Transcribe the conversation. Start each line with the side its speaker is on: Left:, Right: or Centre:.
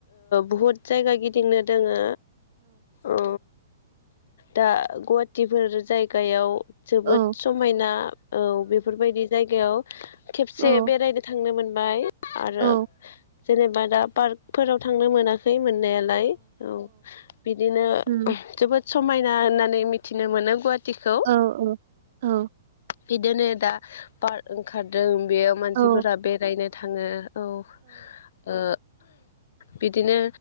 Left: बुहुद जायगा गिदिंनो दोङो औ दा गुवाहाटीफोर जायगायाव जोबोद
Right: औ
Left: समायना औ बेफोरबायदि जायगायाव खेबसे
Right: औ
Left: बेरायनो थांनो मोन बाय आरो
Right: औ
Left: जेनेबा दा पार्कफोराव थांनो मोनाखै मोननायालाय औ बिदिनो
Right: उम
Left: जोबोद समायना होननानै मिथिनो मोनो गुवाहाटीखौ
Right: औ औ
Left: बिदिनो दा पार्क ओंखारदों बेयाव मानसिफोरा
Right: औ
Left: बेरायनो थाङो औ ओ बिदिनो